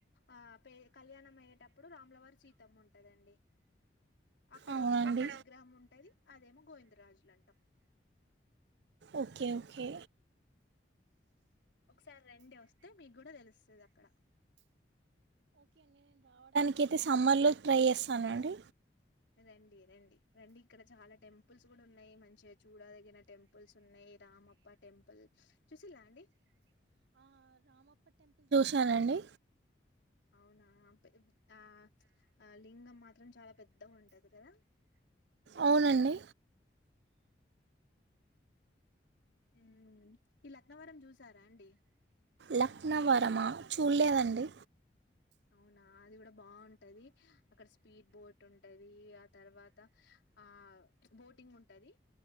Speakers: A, on the left (about 80°); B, on the right (about 70°).
A: ఆ ప కళ్యాణం అయ్యేటప్పుడు రాములవారి సీతమ్మ ఉంటదండి అక్కడ
B: అవునండి
A: ఇంకొక విగ్రహం ఉంటది అదేమో గోవిందరాజులు అంటాం
B: ఓకే ఓకే
A: ఒకసారి రెండే వస్తే మీకు కూడా తెలుస్తుంది అక్కడ
B: కైతే సమ్మర్లో ట్రై చేస్తానండి
A: రండి రండి రండిక్కడ చాల టెంపుల్స్ గుడున్నాయి. మంచిగ చూడదగిన టెంపుల్స్ ఉన్నయి, రామప్ప టెంపుల్ చూసిల్లా అండి?
B: సానండి
A: అవునా పె ఆ లింగం మాత్రం చాలా పెద్ద ఉంటది గదా?
B: అవునండి
A: ఉమ్, ఈ లక్నవరం చూసారా అండి?
B: లక్నవరమా చూడలేదండి
A: అవునా అది కూడా బావుంట్ టది అక్కడ సు స్పీడ్ బోట్ ఉంటది ఆ తర్వాత ఆ బోటింగ్ ఉంటది.